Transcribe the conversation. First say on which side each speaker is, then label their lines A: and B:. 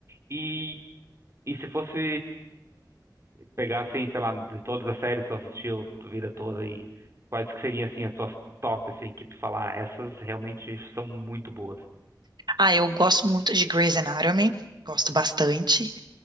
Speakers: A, on the right (about 40°); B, on the right (about 70°).
A: E, e se fosse pegar, assim, sei lá, de todas as séries que tu assistiu a vida toda, e quais que seriam, assim, as tuas top, assim, que tu falar, "Ah, essas realmente são muito boas.
B: Ah, eu gosto muito de Grey's Anatomy, gosto bastante.